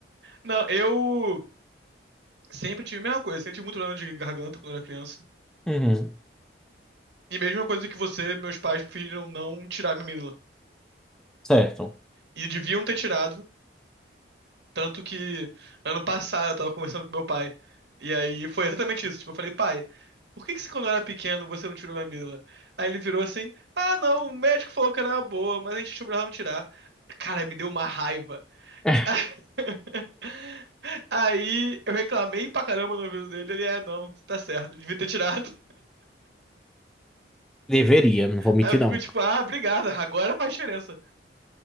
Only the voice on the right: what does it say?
Não, eu sempre tive a mesma coisa. Sempre tive muito problema de garganta quando era criança.
E mesma coisa que você, meus pais preferiram não tirar minha amígdala.
E deviam ter tirado, Tanto que ano passado eu tava conversando com meu pai. E aí foi exatamente isso. Tipo, eu falei, pai, por que que você, quando eu era pequeno você não tirou minha amígdala? Aí ele virou assim: ah, não, o médico falou que era uma boa, mas a gente achou melhor não tirar. Cara, me deu uma raiva.
<laughs> Aí eu reclamei pra caramba no ouvido dele. Ele, é, não, tá certo, devia ter tirado.
Aí eu fico
tipo, ah, obrigado, agora faz diferença.